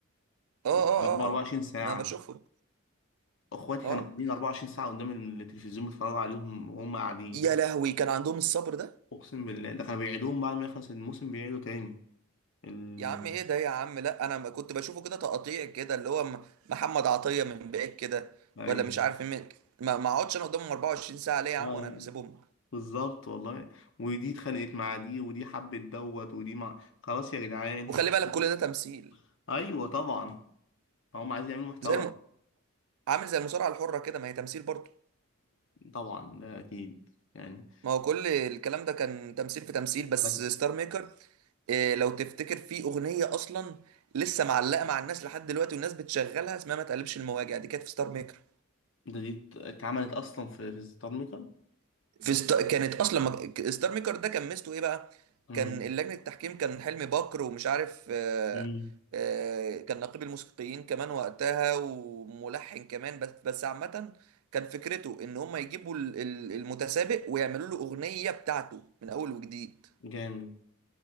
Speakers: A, on the right (about 85°); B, on the left (about 60°).
A: اه اه
B: بقالهم
A: اه
B: 24
A: اه
B: ساعه
A: ما بشوفه
B: اخواتي
A: اه
B: كانوا قاعدين 24 ساعه قدام التلفزيون بيتفرجوا عليهم وهم قاعدين
A: يا لهوي كان عندهم الصبر ده
B: اقسم بالله ده كانوا بيعيدوهم بعد ما يخلص الموسم بيعيدوا تاني ال...
A: يا عم ايه ده يا عم لا انا ما كنت بشوفه كده تقطيع كده اللي هو م- محمد عطيه من بعيد كده
B: ايوه
A: ولا مش عارف مين ما ما اقعدش انا قدامهم 24 ساعه ليه يا
B: لا
A: عم
B: لا
A: وانا نسيبهم
B: بالظبط والله ودي اتخانقت مع دي ودي حبت دوت ودي مع خلاص يا جدعان
A: وخلي بالك
B: <laughs>
A: كل ده تمثيل
B: ايوه طبعا هم عايزين يعملوا محتوى
A: زي الم... عامل زي المصارعه الحره كده ما هي تمثيل برضه
B: طبعا ده اكيد يعني
A: ما هو كل الكلام ده كان تمثيل في تمثيل بس
B: بس
A: ستار ميكر إيه لو تفتكر في اغنيه اصلا لسه معلقه مع الناس لحد دلوقتي والناس بتشغلها اسمها ما تقلبش المواجع دي كانت في ستار ميكر
B: ده دي اتعملت اصلا في في ستار ميكر
A: في ست... كانت اصلا ما... ستار ميكر ده كان ميزته ايه بقى
B: امم
A: كان اللجنه التحكيم كان حلمي بكر ومش عارف آه...
B: أمم.
A: آه... كان نقيب الموسيقيين كمان وقتها وملحن كمان بس بس عامه كان فكرته ان هم يجيبوا ال- ال- المتسابق ويعملوا له اغنيه بتاعته من اول وجديد
B: جامد